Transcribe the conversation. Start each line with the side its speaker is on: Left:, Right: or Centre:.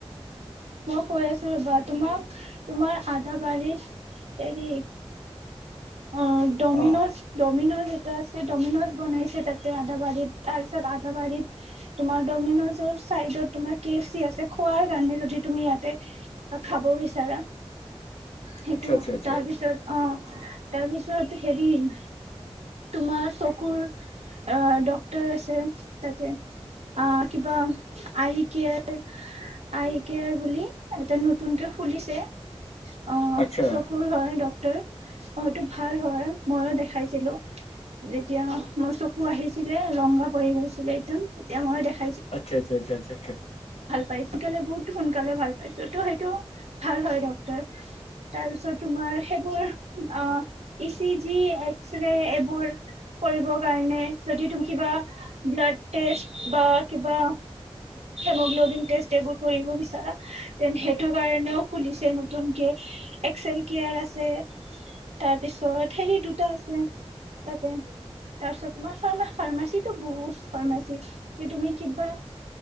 Right: মই কৈ আছো ৰবা তোমাক তোমাৰ আধা বাৰ এৰি অ ডমিনোজ
Left: অ
Right: ডমিন'জ টা আছে ডমিনাজ বনাইছে তাতে আধাাবাৰীত তাৰ পিছত আধাাবাৰীত তোমাৰ মিনজৰ চাইডত তমাৰ কেফ চি আছে খোৱাৰ কাৰণে যদি তুমি ইয়াতে কিব খাব বিচাৰা সেইটো
Left: আচ্ছা আচ্ছা আচ্ছা
Right: তাৰ পিছত অ উ তাৰপিছততো খেলিম তোমাৰ চকুৰ ডক্টৰ আছে তাতে অ কিবা আই কে আই কেয়াৰ বুলি এটা নতুনকে ফুলিছে অ
Left: আচ্ছা
Right: চকুৰ হয় ডক্তটৰ অটো ভাল হয় মইও দেখাইছিলো যেতিয়া মোৰ চকু আহিছিলে ৰংগা পি গৈছিলে একদম এতিয়া মই দেখা
Left: আচ্ছা আচ্ছা আচ্চা
Right: ভাল পাইছ সোনকালে বহুত সোনকালে ভাল পাইছো ত' সেইটো ভাল হয় ডত্তৰ তাৰপিছত তোমাৰ সেইবোৰ আহ ই চি জি এক্সৰে এইবোৰ কৰিব কাৰণে যদি তুমি কিবা ব্লাড টেষ্ট বা কিবা হেমোগ্লবিন টেষ্ট এইবোৰ কৰিব বিচাৰা দেন সেইটো কাৰণেও খুলিছে নতুনকে এক্সেল কেয়াৰ আছে তাৰপিছত হেৰি দুটা আছে তাতে তাৰপিছত তোমাৰ ফা ফাৰ্মাচীটো বহুত ফাৰ্মাচী যে তুমি কিবা